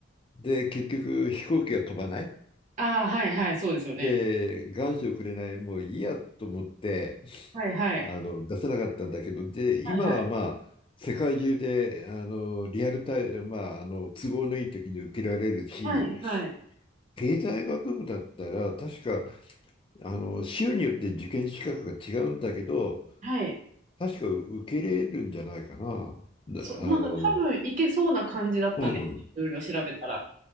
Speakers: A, on the left; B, on the right.
A: で、結局飛行機が飛ばない。
B: ああ、はいはい、そうですよね。
A: で、願書をくれない、もういいやと思って、
B: はいはい。
A: あの、出せなかったんだけど、で、
B: はいはい。
A: 今はまあ、世界中で、あの、リアルタイム、まあ、あの、都合のいい時に受けられるし、
B: はいはい。
A: 経済学部だったら、確か、あの、州によって受験資格が違うんだけど、
B: はい。
A: 確か受け入れるんじゃないかな。だあの、
B: そう、なんか多分いけそうな感じだったんです。
A: うん。
B: いろいろ調べたら。